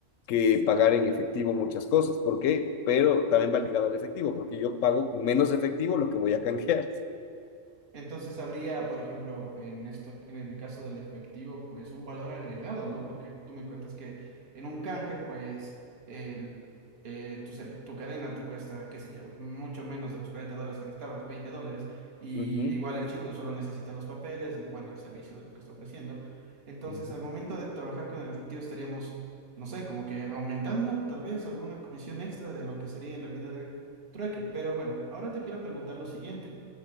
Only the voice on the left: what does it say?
que pagar en efectivo muchas cosas. ¿Por qué? Pero también va ligado al efectivo, porque yo pago con menos efectivo lo que voy a canjear.
Ujú,
ujú,